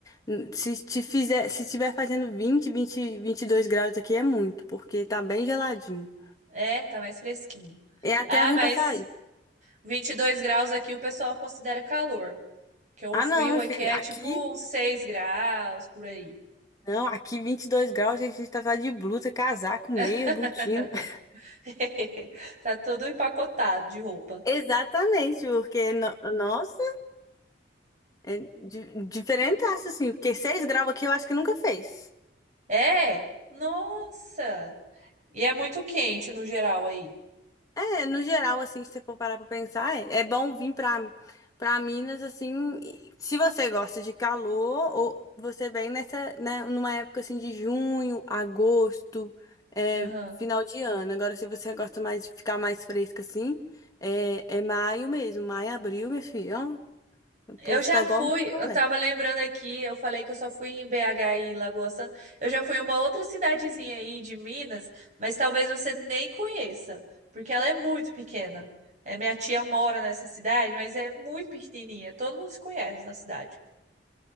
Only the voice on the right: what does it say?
É, tá mais fresquinho.
Ah,
mas
22 graus aqui o pessoal considera calor, que o
frio
aqui
é
tipo uns 6 graus por aí.
<laughs>
<laughs> Tá todo empacotado de roupa.
É? Nossa! E é muito quente no geral aí.
Aham.
Eu
já
fui,
eu tava lembrando aqui, eu falei que eu só fui em BH e Lagoa Santa. Eu já fui em uma outra cidadezinha aí de Minas, mas talvez você nem conheça, porque ela é muito pequena. É, minha tia mora nessa cidade, mas é muito pequenininha. Todo mundo se conhece na cidade.